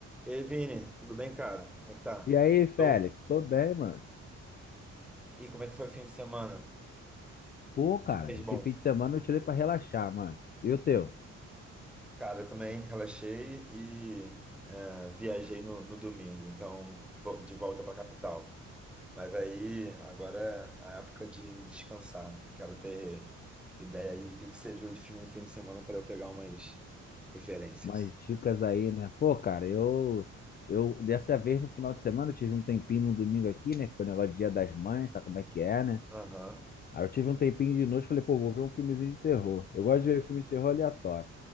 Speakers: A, in the centre; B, on the left.
A: Ei, Vini, tudo bem, cara? Como é que tá?
B: E aí, Félix?
A: Tô.
B: Tô bem, mano.
A: E como é que foi o fim de semana?
B: Pô, cara,
A: Fez
B: esse
A: bom.
B: fim de semana eu tirei pra relaxar, mano. E o teu?
A: Cara, eu também relaxei e é, viajei no, no domingo, então vo- de volta pra capital. Mas aí agora é a época de descansar. E quero ter ideia aí do que que você viu de filme no fim de semana para eu pegar umas referências.
B: Umas dicas aí, né? Pô, cara, eu, eu dessa vez no final de semana eu tive um tempinho no domingo aqui, né? Que foi negócio de Dia das Mães, sabe como é que é, né?
A: Aham.
B: Aí eu tive um tempinho de noite, falei, pô, vou ver um filmezinho de terror. Eu gosto de ver filme de terror aleatório.